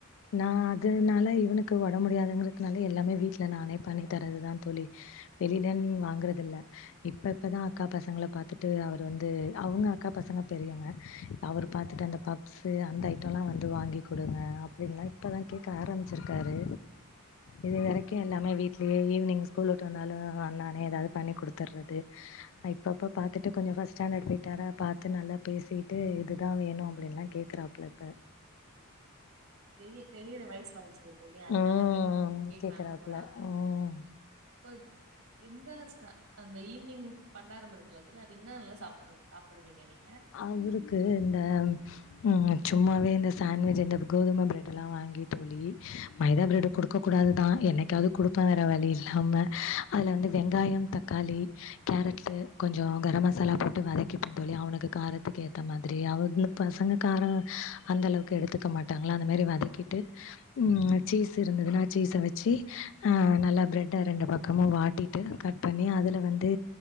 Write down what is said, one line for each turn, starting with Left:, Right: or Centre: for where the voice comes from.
Left: நா அதனால இவனுக்கு ஒடம்பு முடியாதங்கற னால எல்லாமே வீட்டுல நானே பண்ணி தரதுதா தோலி வெளியில வாங்குறது இல்ல இப்ப இப்பதா அக்கா பசங்கள பாத்திட்டு அவர் வந்து அவுங்க அக்கா பச பசங்க பெரியோங்க அவரு பாத்திட்டு அந்த பப்ஸ்சு அந்த ஐடோலா வந்து வாங்கி கொடுங்க அப்டின்லா இப்பதா கேக்க ஆரம்பிச்சிருக்காரு இது வரைக்கு எல்லாமே விட்லே ஈவி்னிங் ஸ்கூல் வந்தாலு அன்னனே ஏதாவது பண்ணி குடுத்துறது இப்பப்ப பாத்துட்டு கொஞ்சோ ஃபர்ஸ்ட் ஸ்டாண்டர்ட் போயிட்டானா பாத்து நல்லா பேசிட்டு இதுதா வேணோ அப்டின்னுல்லா கேக்குறாப்புல இப்ப
Right: தெரிய தெரியிர வயசு வச்சி ரிய அதனால
Left: ம்
Right: கேக்குறாங்க
Left: கேக்குறாப்புல
Right: போல அது
Left: ம்
Right: இப்ப இந்த ஸ்னக் அந்த ஈவி்னிங் பண்டாரம் இருக்குல தோழி அது இன்னோ சாப்பிடு சாப்டுவிங்க நீங்க
Left: அவுருக்கு இந்த ம் சும்மாவே இந்த சண்விஜ் இந்த கோதுமை பிரெட்டலா வாங்கி தோழி மைதா ப்ரெட் குடுக்க கூடாது தா என்னைக்காவது குடுப்ப வேறு வழி இல்லாமல் அதல வந்து வெங்காயம் தக்காளி கேரட் கொஞ்சோ கரம் மசாலா போட்டு வதக்கிப்போ தோழி அவனுக்கு காரத்துக்கு ஏத்த மாதிரி அவதுந்து பசங்க காரொ அந்த அளவுக்கு எடுத்துக்க மாட்டாங்களா அந்த மேரி வதக்கிட்டு உம் சீஸ் இருந்ததுன்னா சீஸை வச்சி நல்லா பிரட்ட ரெண்டு பக்கமு வாட்டிட்டு கட் பண்ணி அதல வந்து